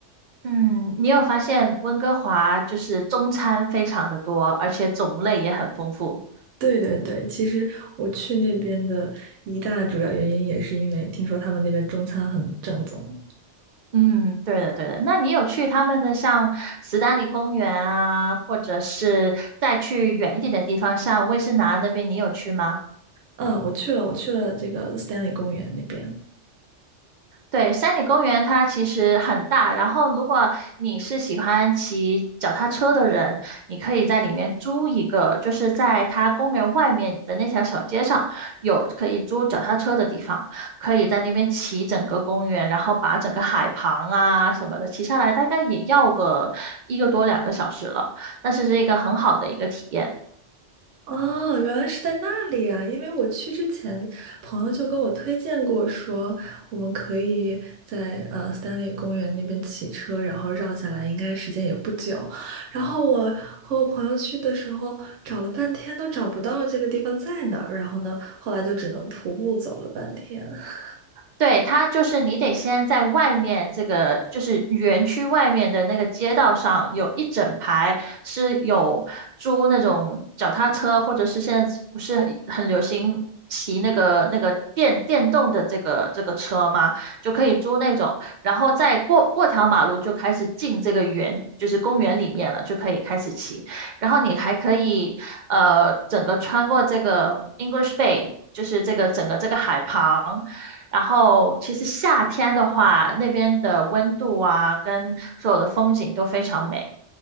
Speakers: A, on the right; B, on the right.
A: 嗯，你有发现温哥华就是中餐非常的多，而且种类也很丰富。
B: 对对对，其实我去那边的一大主要原因也是因为听说他们那边中餐很正宗。
A: 嗯，对的对的。那你有去他们的像斯丹利公园啊，或者是再去远一点的地方，像威士拿那边，你有去吗？
B: 嗯，我去了，我去了这个 Stanley 公园那边。
A: 对，山里公园它其实很大，然后如果你是喜欢骑脚踏车的人，你可以在里面租一个，就是在它公园外面的那条小街上有可以租脚踏车的地方，可以在那边骑整个公园，然后把整个海旁啊什么的骑下来，大概也要个一个多两个小时了，但是是一个很好的一个体验。
B: 哦，原来是在那里啊！因为我去之前，朋友就跟我推荐过说，我们可以在呃三里公园那边骑车，然后绕下来，应该时间也不久。然后我和我朋友去的时候，找了半天都找不到这个地方在哪儿，然后呢，后来就只能徒步走了半天。<laughs>
A: 对，它就是你得先在外面这个，就是园区外面的那个街道上，有一整排是有租那种脚踏车，或者是现在不是很很流行骑那个那个电电动的这个这个车吗？就可以租那种，然后再过过条马路就开始进这个园，就是公园里面了，就可以开始骑。然后你还可以呃整个穿过这个 English Bay，就是这个整个这个海旁。然后其实夏天的话，那边的温度啊，跟所有的风景都非常美。